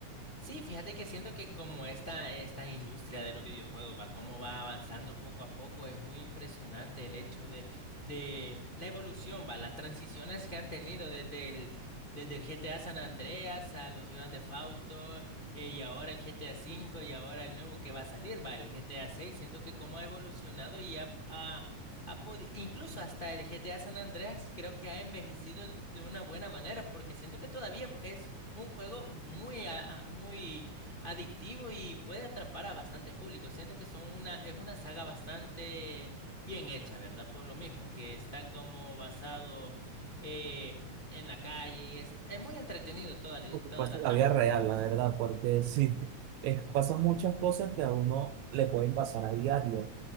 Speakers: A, on the left; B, on the right.
A: Sí, fíjate que siento que como esta, esta industria de los videojuegos va, cómo va avanzando poco a poco, es muy impresionante el hecho de, de la evolución, va, las transiciones que han tenido desde el, desde el GTA San Andreas a los grandes Theft Auto, eh, y ahora el GTA cinco y ahora el nuevo que va a salir, va, el GTA seis Siento que cómo ha evolucionado y ha, ha, ha podi- incluso hasta el GTA San Andreas creo que ha envejecido de una buena manera, porque siento que todavía es un juego muy, a- a- muy adictivo y puede atrapar a bastante público. Siento que son una, es una saga bastante bien hecha, ¿verdad? Por lo mismo, que está como basado eh, en la calle y es, es muy entretenido toda, la-
B: por supuesto,
A: toda la
B: la
A: trama.
B: vida real, la verdad, porque sí, <laughs> es- pasan muchas cosas que a uno le pueden pasar a diario.